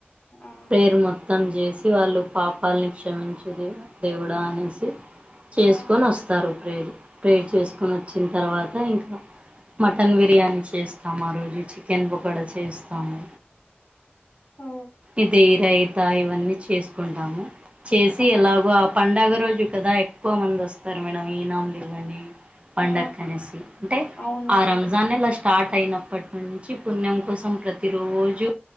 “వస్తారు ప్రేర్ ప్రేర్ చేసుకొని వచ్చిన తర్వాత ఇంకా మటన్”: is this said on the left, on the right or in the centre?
Right